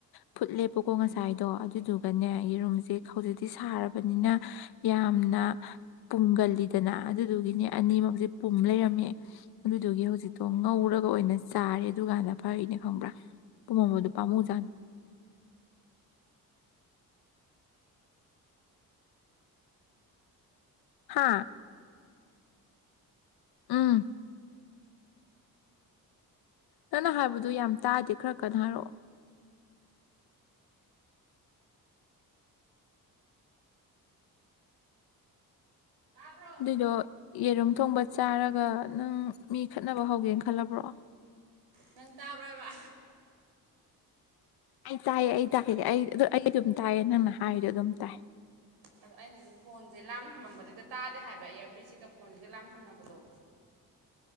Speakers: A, on the left (about 90°); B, on the right (about 85°).
A: ꯐꯨꯠꯂꯦꯕꯀꯣ ꯉꯁꯥꯏꯗꯣ ꯑꯗꯨꯗꯨꯒꯅꯦ ꯌꯦꯔꯨꯝꯁꯦ ꯍꯧꯖꯤꯛꯇꯤ ꯁꯥꯔꯕꯅꯤꯅ ꯌꯥꯝꯅ ꯄꯨꯝꯒꯜꯂꯤꯗꯅ ꯑꯗꯨꯗꯨꯒꯤꯅꯦ ꯑꯅꯤꯃꯛꯁꯦ ꯄꯨꯝ ꯂꯩꯔꯝꯃꯦ ꯑꯗꯨꯗꯨꯒꯤ ꯍꯧꯖꯤꯛꯇꯣ ꯉꯧꯔꯒ ꯑꯣꯏꯅ ꯆꯥꯔꯦ ꯑꯗꯨꯀꯥꯟꯗ ꯐꯩꯅꯦ ꯈꯪꯕ꯭ꯔꯥ ꯄꯨꯝꯝꯕꯗꯣ ꯄꯥꯝꯃꯨꯖꯥꯠꯅꯤ ꯍꯥꯥ ꯑꯝ ꯅꯪꯅ ꯍꯥꯏꯕꯗꯨ ꯌꯥꯝ ꯇꯥꯗꯦ ꯈꯔ ꯀꯟꯅ ꯍꯥꯏꯔꯛꯑꯣ
B: ꯇꯥꯕ꯭ꯔꯣ
A: ꯑꯗꯨꯏꯗꯣ ꯌꯦꯔꯨꯝ ꯊꯣꯡꯕ ꯆꯥꯔꯒ ꯅꯪ ꯃꯤ ꯈꯠꯅꯕ ꯍꯧꯒꯦꯅ ꯈꯜꯂꯕ꯭ꯔꯣ
B: ꯅꯪ ꯇꯥꯕ꯭ꯔꯥ ꯍꯥꯏꯕ
A: ꯑꯩ ꯇꯥꯏꯌꯦ ꯑꯩ ꯇꯥꯛꯀꯦ ꯑꯩ ꯑꯩ ꯑꯗꯨꯝ ꯇꯥꯏꯌꯦ ꯅꯪꯅ ꯍꯥꯏꯔꯤꯗꯣ ꯑꯗꯨꯝ ꯇꯥꯏ
B: ꯑꯗ ꯑꯩꯅ ꯐꯣꯟꯁꯦ ꯂꯥꯝ ꯊꯝꯃꯝꯕꯕꯁꯤꯒ ꯇꯥꯗꯦ ꯍꯥꯏꯕ ꯏꯌꯥꯔꯄꯤꯤꯁꯁꯤꯒ ꯐꯣꯟꯁꯤꯒ ꯂꯥꯝ ꯊꯝꯅꯕꯗꯣ